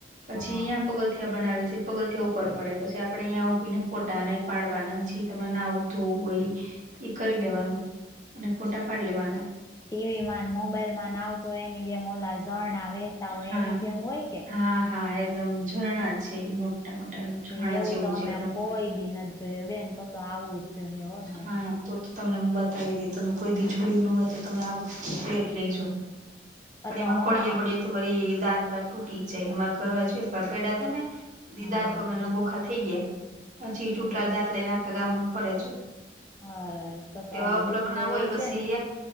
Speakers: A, on the right; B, on the left.
A: પછી
B: હા
A: યા પગથિયા બનાવે છે પગથિયા ઉપર પડે પછી આપડણે અહીં ઉભીને ફોટાને પાડવાના જેી તમારે નાવ તોય એ કરી
B: હા
A: લેવાનું અને ફોટા પાડ લેવાના
B: ટીવી માં મોબાઈલ ન આવતો હોય એની જેમ ઓલા ઝરણા વહેતા હોય
A: હા
B: એની જેમ હોય કે
A: હા હા એકદમ ઝરણા છે મોટા મોટા
B: તે
A: ઝરણા
B: એવું
A: જેવું
B: તો અમે
A: છે એકદમ
B: કોઈ દી નથી જ જોયો બેન તો તો આવું જ જોઈએ હો ન્યા
A: હા તો તો તમને બતાવી દે ત કોઈ દી જયુ ન હોય તો તમે આ વખતે રેટ લઈજો પણ
B: તો
A: એમાં
B: અમે
A: પડીયે બડિય તો વરી દાંત બાાત તૂટી જાય અમારા ઘર વા જો એક વાર પેડા હતા ને
B: હા
A: દાંત વગરને બોખા થઈ ગયા પછી
B: તીન
A: ચૂટલા દાંત લઈને આખે ગામમાં ફરે છે
B: હા તો તો
A: તેવા
B: હવે
A: અપલખણા
B: દુઃખ તો
A: હોય
B: એ
A: પછી
B: છે ને